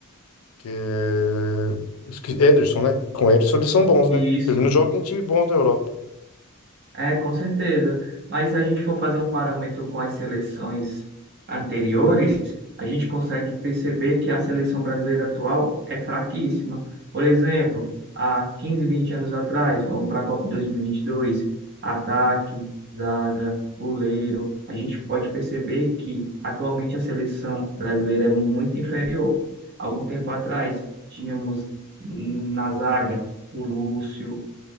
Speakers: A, on the left; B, on the right.
A: que é, esque- Ederson, né? Com Ederson eles são bons,
B: E
A: né?
B: isso
A: Pelo menos jogam em time bons da Europa.
B: É, com certeza. Mas se a gente for fazer um parâmetro com as seleções anteriores, a gente consegue perceber que a seleção brasileira atual é fraquíssima. Por exemplo, há 15, 20 anos atrás, vamos para a Copa 2022, ataque, zaga, goleiro, a gente pode perceber que atualmente a seleção brasileira é muito inferior. Algum tempo atrás, tínhamos hum, na zaga o Lúcio,